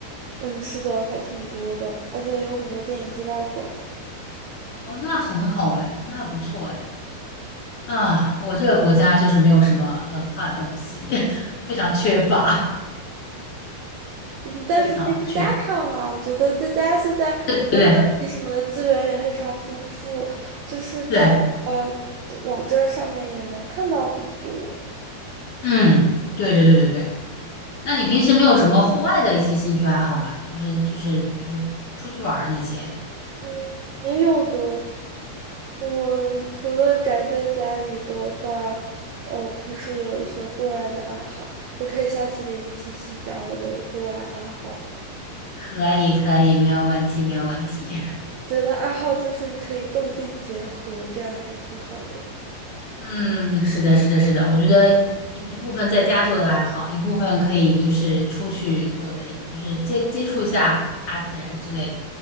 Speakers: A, on the right; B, on the left.
A: 嗯，是的，还挺多的，而且有很多电影资料馆。
B: 哦，那很好哎，那不错哎。啊，我这个国家就是没有什么文化东西，<laughs> 非常缺乏，
A: 嗯但是可以在家看啊，
B: 非常的缺，
A: 我觉得在家现在我们什么的资源也非常丰富，
B: 对不对？
A: 就是在呃网站上面也能看到很多。
B: 对，嗯，对对对对对。那你平时没有什么户外的一些兴趣爱好吗？就是就是就是出去玩儿那些，
A: 嗯，也有的。我除了宅在家里的话，哦，平时也有一些户外的爱好，我可以下次给你细细讲我的户外爱好。
B: 可以可以，没有问题没有问题。<laughs>
A: 觉得爱好就是可以动静结合，这样还挺好的。
B: 嗯，是的，是的，是的，我觉得一一部分在家做的爱好，一部分可以就是出去做的，就是接接触一下大自然之类的，